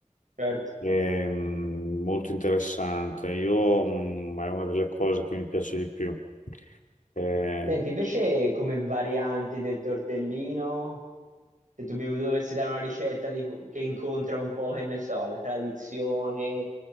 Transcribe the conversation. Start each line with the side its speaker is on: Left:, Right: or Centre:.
Right: Certo.
Left: è mm, molto interessante. Io, mm, è una delle cose che mi piace di più. Eh,
Right: Senti, invece come varianti del tortellino, se tu mi dovessi dare una ricetta di- che incontra un po', che ne so, la tradizione,